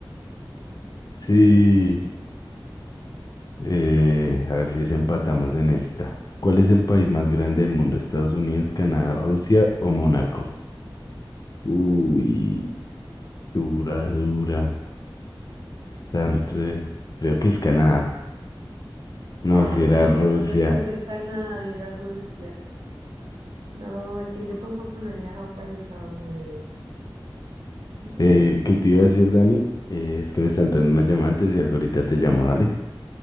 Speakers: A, on the right; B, on the left.
A: Sí,
B: Sí,
A: sí, señor.
B: eh, a ver si desempatamos en esta. ¿Cuál es el país más grande del mundo? ¿Estados Unidos, Canadá, Rusia o Mónaco? Uy, dura, dura. Bastante. Creo que es Canadá. No,
A: Ay,
B: si era
A: yo
B: Rusia.
A: también puse Canadá y era Rusia. No, es que yo como no he viajado para esos lados, no sé. <laughs>
B: Eh, ¿qué te iba a decir, Dani? Eh, es que me está
A: Bien.
B: entrando una llamada antes y algo ahorita te llamo, dale.